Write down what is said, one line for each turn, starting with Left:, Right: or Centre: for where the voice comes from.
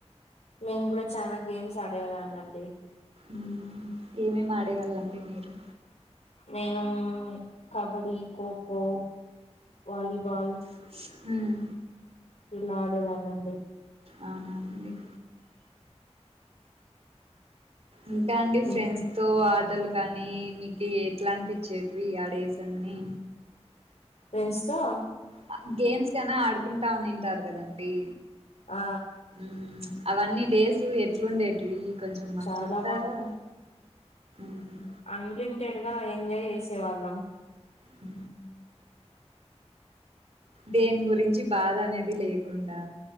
Left: మేము కూడా చానా గేమ్స్ ఆడేదాన్ని అండి
Right: మ్ ఏమేమి ఆడేవాళ్ళండి మీరు
Left: నేను కబడీ ఖోఖో వాలీబాల్
Right: హు
Left: ఇలా ఆడేదాన్ని అండి
Right: అవునండి ఇంకా అండి
Left: ఉమ్.
Right: ఫ్రెండ్స్తో ఆటలు కానీ మీకు ఎట్లా అనిపించేట్వి ఆ డేస్ అన్ని
Left: ఫెండ్స్తో
Right: ఆ గేమ్స్ కేనా ఆడుకుంటా ఉన్నింటారు కదండి
Left: ఆ
Right: మ్ అవన్నీ డేసు ఎట్లుండే టివి కొంచెం మాకు
Left: చాలా
Right: చెప్తారా మ్
Left: అన్లిమిటెడ్గా ఎంజాయ్ చేసేవాళ్ళం
Right: హు దేని గురించి బాధ అనేది లేకుండా